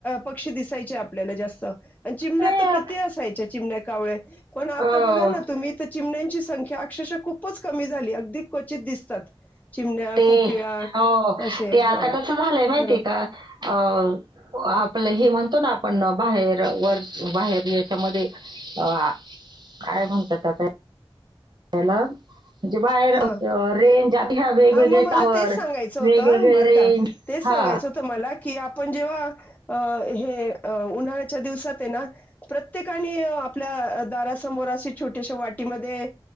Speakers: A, on the left (about 15°); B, on the right (about 50°).
A: पक्षी दिसायचे आपल्याला जास्त आणि चिमण्या
B: नाही
A: तर
B: आत-
A: की किती असायच्या चिमड्या, कावळे. पण आता
B: अ,
A: बघाल ना तुम्ही चिमण्यांची संख्या अक्षरशा खूपच कमी झाली अगदी क्वचित दिसतात. चिमण्या,
B: ते
A: कोकिळा
B: हो.
A: असे.
B: ते आता
A: हां,
B: कसं झालंय माहितीय
A: तर
B: का? अ आपलं हे म्हणतो ना आपण बाहेर वर बाहेर याच्यामध्ये अ काय म्हणतातता? हॅलो? म्हणजे बाहेर
A: हां.
B: रेंज आता ह्या वेगवेगळे
A: हा मग मला
B: टावर
A: तेच सांगायचं होतं
B: वेगवेगळे
A: बरं
B: रेंज
A: का तेच सांगायचं
B: हा
A: होत मला कि आपण जेव्हा अ हे उन्हाळ्याच्या दिवसात आहे ना प्रत्येकाने आपल्या दारासमोर अशी छोट्याशा वाटीमध्ये